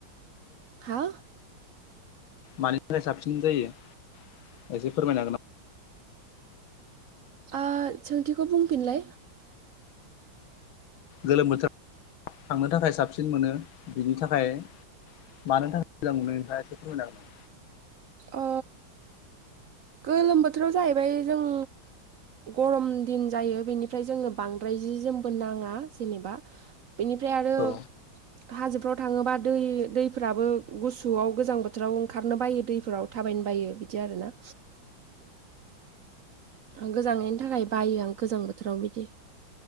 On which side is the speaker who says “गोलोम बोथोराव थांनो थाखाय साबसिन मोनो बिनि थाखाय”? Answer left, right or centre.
Left